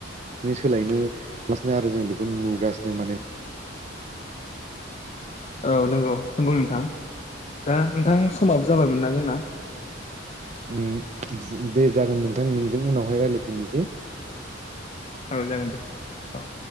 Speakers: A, on the right (about 35°); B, on the left (about 35°).
A: सोलायनो थांगासिनो आरो जों बेखौ नुगासिनो माने
B: औ नंगौ नंगौ नोंथां दा नोंथां समाबो जाबायमोन ना जोंना
A: उम दे जागोन नोंथां नोंजों उनावहाय रायलायफिननोसै
B: औ जागोन दे औ